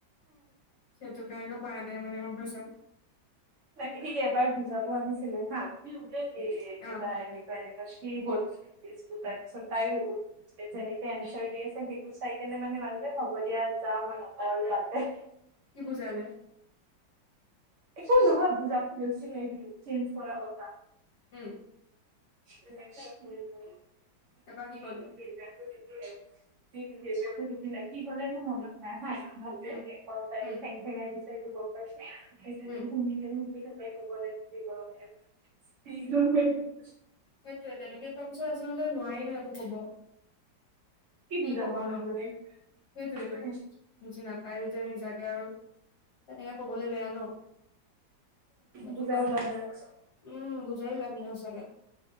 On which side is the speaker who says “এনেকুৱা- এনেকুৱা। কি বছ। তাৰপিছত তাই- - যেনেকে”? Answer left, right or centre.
Right